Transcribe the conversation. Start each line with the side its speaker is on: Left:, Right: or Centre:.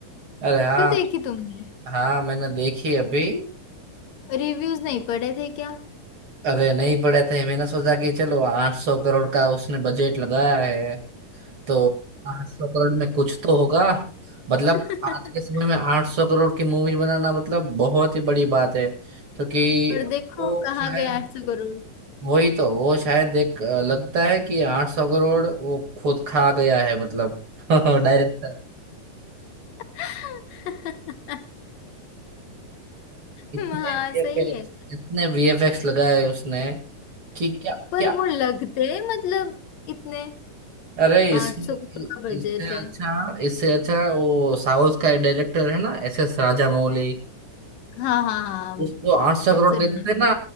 Right: अरे हाँ
Left: क्यों देखी तुमने
Right: हाँ मैंने देखी अभी
Left: रिव्यूज नहीं पढ़े थे क्या
Right: अरे नहीं पड़े थे मैंने सोचा कि चलो आठ सौ करोड़ का उसने बजट लगाया है तो आठ सौ करोड़ में कुछ तो होगा मतलब
Left: <laughs>
Right: आज के समय में आठ सौ करोड़ की मूवी बनाना मतलब बहुत ही बड़ी बात है क्योंकि
Left: और देखो
Right: वो
Left: कहाँ
Right: शायद
Left: गए आठ सौ करोड़
Right: वही तो वो शायद एक अ, लगता है कि आठ सौ करोड़ वो खुद खा गया है मतलब <laughs> डायरेक्टर
Left: <laughs>
Right: इतने
Left: हाँ
Right: वीएफएक्स
Left: सही है
Right: इतने वीएफएक्स लगाए उसने कि क्या
Left: पर
Right: क्या
Left: वो लगते मतलब इतने
Right: अरे इससे
Left: आठ सौ करोड़ का बजट
Right: इससे
Left: है
Right: अच्छा इससे अच्छा वो साउथ का डायरेक्टर है ना एस एस राजा मौली
Left: हाँ हाँ हाँ
Right: उसको आठ सौ
Left: अब
Right: करोड़
Left: सुना
Right: दे देते
Left: है।
Right: थे ना